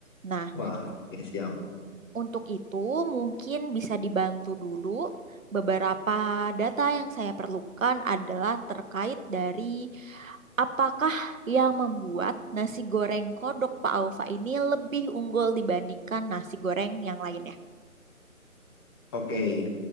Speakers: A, on the right (about 65°); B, on the left (about 15°).
A: Nah,
B: Wah, oke siap.
A: untuk itu mungkin bisa dibantu dulu beberapa data yang saya perlukan adalah terkait dari apakah yang membuat nasi goreng kodok Pak Aufa ini lebih unggul dibandingkan nasi goreng yang lainnya.
B: Oke,